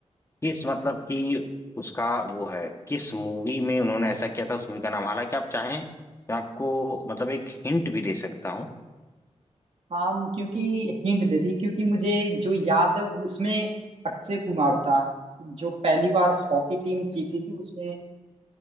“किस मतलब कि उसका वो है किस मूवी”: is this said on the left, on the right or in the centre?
Left